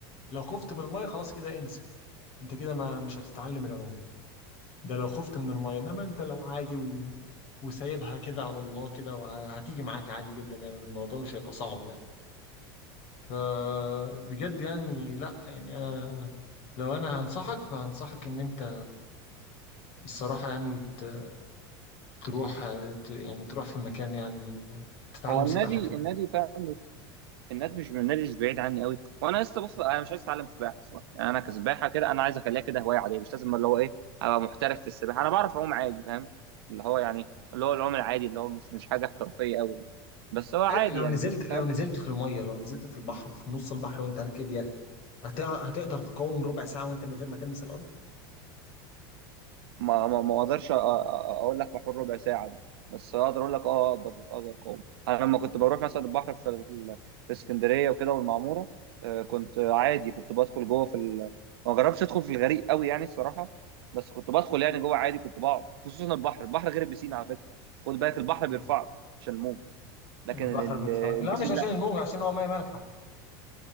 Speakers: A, on the left (about 55°); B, on the right (about 80°).
A: لو خفت من الميه خلاص كده انسى انت كده ما مش هتتعلم العوم ده لو خفت من الميه انما انت لو عادي و... وسايبها كده على الله كده وهتيجي معاك عادي جدا يعني الموضوع مش هيبقى صعب يعني فبجد يعني لا يعني انا لو انا هنصحك فهنصحك ان انت الصراحه يعني ت- تروح ت- يعني تروح في مكان يعني تتعلم
B: هو
A: سباحه
B: النادي
A: فيه
B: النادي فعلا مش النادي مش النادي مش بعيد عني قوي وانا لسه بص انا مش عايز اتعلم سباحه الصراحه يعني انا كسباحه كده انا عايز اخليها كده هوايه عاديه مش لازم اللي هو ايه ابقى محترف في السباحه انا بعرف اعوم عادي فاهم اللي هو يعني اللي هو العوم العادي اللي هو مش مش حاجه احترافيه قوي يعني بس هو عادي
A: أيوة لو
B: يعني
A: نزلت لو
B: فاهم
A: نزلت في الميه لو نزلت في البحر في نص البحر وانت راكب يخت هت- هتقدر تقاوم ربع ساعه وانت من غير ما تلمس الارض
B: ما ما ما اقدرش أ- أ- اقول لك في حوار ربع ساعه ده بس اقدر اقول لك اه اقدر اقدر اقاوم انا لما كنت بروح مثلا البحر في في في اسكندريه وكده والمعموره آه، كنت عادي كنت بدخل جوه في ال... ما جربتش ادخل في الغريق قوي يعني الصراحه بس كنت بدخل يعني جوه عادي كنت بقعد خصوصا البحر البحر غير البسين على فكره خد بالك البحر
A: مم.
B: بيرفعك عشان الموج
A: البحر
B: لكن ال-
A: بيرفع لا
B: البسين
A: مش عشان الموجة عشان هو مية مالحة